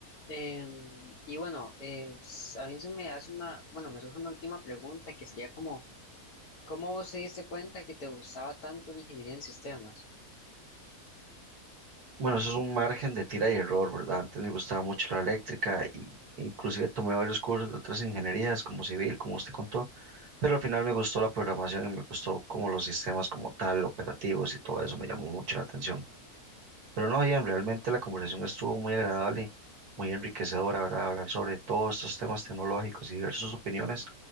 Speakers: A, on the left; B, on the right.
A: Em, y bueno, eh, s- a mí se me hace una, bueno, me surge una última pregunta que sería como, ¿cómo vos te diste cuenta que te gustaba tanto la ingeniería en sistemas?
B: Bueno, eso es un margen de tira y error, ¿verdad? Antes me gustaba mucho la eléctrica y inclusive tomé varios cursos de otras ingenierías como civil, como usted contó, pero al final me gustó la programación y me gustó como los sistemas como tal, operativos y todo eso me llamó mucho la atención. Pero no, Ian, realmente la conversación estuvo muy agradable, muy enriquecedora, ¿verdad? Hablar sobre todos estos temas tecnológicos y diversas opiniones